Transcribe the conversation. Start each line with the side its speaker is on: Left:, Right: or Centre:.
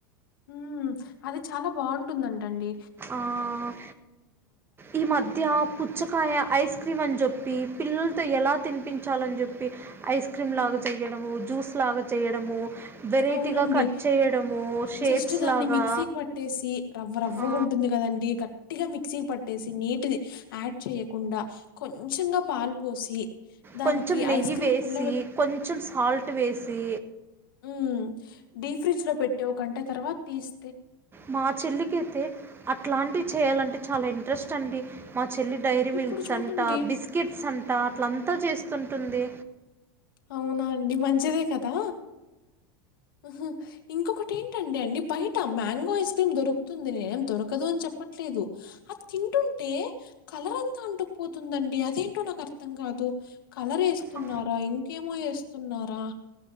Left: ఉ అది చాలా బాగుంటుందంట అండి
Right: ఆహ్ ఈ మధ్య పుచ్చకాయ ఐస్ క్రీమ్ అని చెప్పి పిల్లలతో ఎలా తినిపించాలని చెప్పి ఐస్ క్రీమ్ లాగా చెయడము జ్యూస్ లాగా చేయడము వెరైటీగా
Left: అవునండి
Right: కట్ చేయడము షేప్స్
Left: జస్ట్ దాన్ని
Right: లాగా
Left: మిక్సీకి పట్టేసి రవ్వ రవ్వగా
Right: ఆ,
Left: ఉంటుంది కదం గట్టిగా మిక్సీకి పట్టేసి నీటి యాడ్ చేయకుండా కొంచంగా పాలు పోసి దానికి
Right: కొంచెం నెయ్యి
Left: ఐస్ క్రీమ్
Right: వేసి
Left: పుల్ల
Right: కొంచెం సాల్ ల్ట్ వేసి
Left: ఉ డీ ఫ్రిడ్జ్ లో పెట్టే ఒగంట తర్వాత తీస్
Right: మా చెల్లికైతే అట్లాంటివి చేయాలంటే చాలా ఇంట్రెస్ట్ అండి మా చెల్లి డైరీ
Left: ఇప్పుడు
Right: మిల్క్స్
Left: చూడండి
Right: అంట బిస్కెట్స్ అంట అట్లా ఆన్ అంత చేస్తుంటుంది.
Left: అవునా అండి మంచిదే కదా ఉహ్మ్ ఇంకొకటి ఏంటండి అండి బయట మ్యాంగో ఐస్ క్రీమ్ దొరుకుతుంది నేం దొరకదు అని చెప్పట్లేదు ఆహ్ తింటుంటే కలర్ అంతా అంటుకుపోతుందండి అదేంటో నాకు అర్థం కాదు కలర్ వేస్తున్నారా
Right: ఆ
Left: ఇం కేమో వేస్తున్నారా